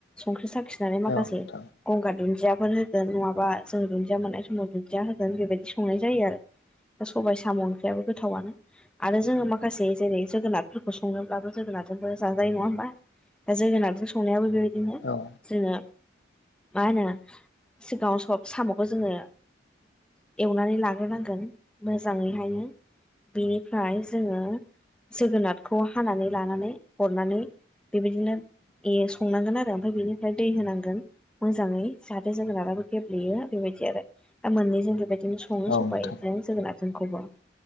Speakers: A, in the centre; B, on the left.
A: संख्रि साखिनानै माखासे
B: नोंथां
A: गंगार दुन्दियाफोर होगोन नङाबा जों दुन्दिया मोननाय समाव दुन्दिया होगोन बेबायदि संनाय जायो आरो। दा सबबाय साम' ओंख्रियाबो गोथावानो। आरो जोङो माखासे जेरै जोगोनारफोरखौ सङनोब्लाबो जोगोनारजोंबो जाजायो नङा होमबा? दा जोगोनारजों संनायाबो बेबायदि
B: औ
A: जोङो मा होनो सिगाङाव सब साम'खौ जोङो एवनानै लाग्रोनांगोन मोजाङैहाय बेनिफ्राय जोङो जोगोनारखौ हानानै लानानै हरनानै बेबायदिनो ए संनांगोन आरो ओमफ्राय बेनिफ्राय दै होनांगोन। मोजाङै जाहाथे जों राबो गेब्लेयो बेबायदि आरो दा मोननैजों बेबायदि बिदिनो सङनो
B: औ नोंथां
A: सबाय ज जोगोनोनखौबो